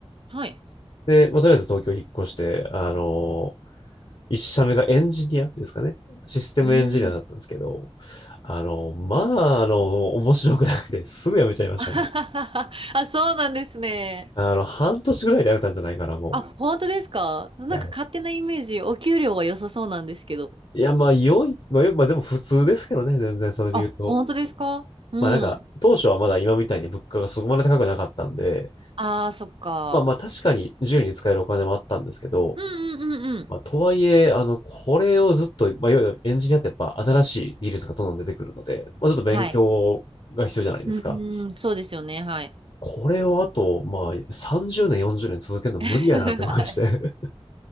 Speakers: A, on the right; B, on the left.
A: はい。
B: で、まあ、とりあえず東京引っ越して、あのー一社目がエンジニアですかね。システムエンジニアだったんですけど、
A: うーん。
B: あの、まあ、あの、面白くなくて、すぐ辞めちゃいましたね。
A: <laughs> あ、そうなんですね。
B: あの、半年ぐらいで辞めたんじゃないかな、も
A: あ、本当ですかなんか勝手なイメージ、
B: う。いや、
A: お給料は良さそうなんですけど。
B: いやまあ、良い、まあ、まあ、でも普通ですけどね、全然それで言うと。
A: あ、本当ですかうん。
B: まあなんか、当初はまだ今みたいに物価がそこまで高くなかったんで、
A: ああ、そっか。
B: まあまあ確かに自由に使えるお金もあったんですけど、
A: うんうんうんうん。
B: まあ、とはいえ、あの、これをずっと、まあ、いわゆるエンジニアってやっぱ新しい技術がどんどん出てくるので、まあ、ちょっと勉強が必要じゃないですか。
A: はい。うーん、そうですよね。はい。
B: これをあと、まあ、30年、40年続けるの無理やなって思いまして。
A: <laughs> はい。
B: <laughs>